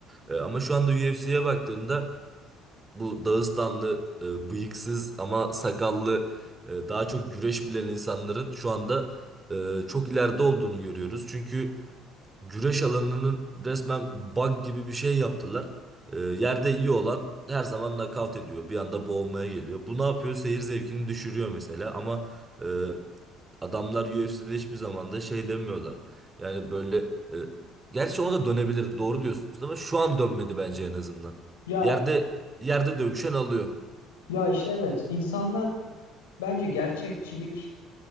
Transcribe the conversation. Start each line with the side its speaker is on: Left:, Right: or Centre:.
Right: E, ama şu anda UFC'ye baktığında bu Dağıstanlı, e, bıyıksız ama sakallı, e, daha çok güreş bilen insanların şu anda e, çok ileride olduğunu görüyoruz. Çünkü güreş alanının resmen bug gibi bir şey yaptılar. Ee, yerde iyi olan her zaman nakavt ediyor. Bir anda boğulmaya geliyor. Bu ne yapıyor? Seyir zevkini düşürüyor mesela. Ama e, adamlar UFC'de hiçbir zaman da şey demiyorlar. Yani böyle... e, gerçi ona da dönebilir doğru diyorsunuz ama şu an dönmedi bence en azından.
Left: Ya
Right: Yerde yerde dövüşen alıyor.
Left: ya işte evet insanlar bence gerçekçilik